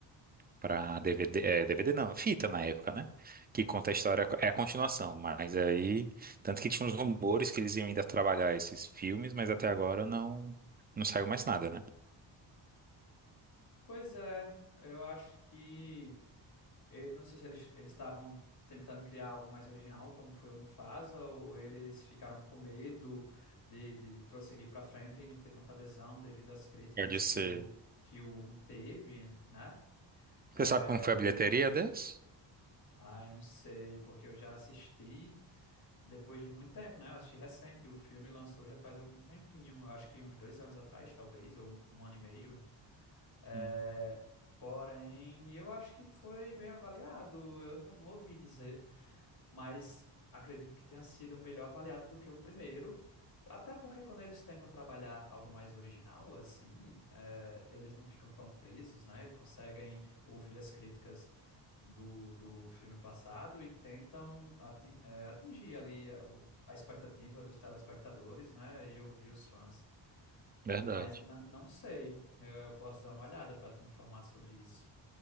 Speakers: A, on the right; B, on the left.
A: para DVD, é, DVD não, fita na época, né? Que conta a história, é a continuação, mas aí, tanto que tinha uns rumores que eles iam ainda trabalhar esses filmes, mas até agora não não saiu mais nada, né?
B: Pois é, eu acho que. Eu não sei se eles eles estavam tentando criar algo mais original, como foi o Mufasa, ou eles ficaram com medo de, de prosseguir para frente e não ter tanta adesão devido às críticas
A: Eu disse.
B: que o que o um teve, né? É,
A: Você sabe como foi a bilheteria desse?
B: ai, não sei, porque eu já assisti depois de muito tempo, né? Eu assisti recente, o filme lançou já faz um tempinho, eu acho que uns dois anos atrás, talvez, ou um, um ano e meio. É,
A: Hum,
B: porém, eu acho que foi bem avaliado, eu não, não ouvi dizer. mas acredito que tenha sido melhor avaliado do que o primeiro. Até porque quando eles tentam trabalhar algo mais original, assim, eh, eles não ficam tão presos, né? E conseguem ouvir as críticas do, do filme passado e tentam ati- eh, atingir ali a, o- a expectativa dos telespectadores, né? E ouvir os fãs.
A: Verdade.
B: Mas na- não sei, eu posso dar uma olhada para te informar sobre isso.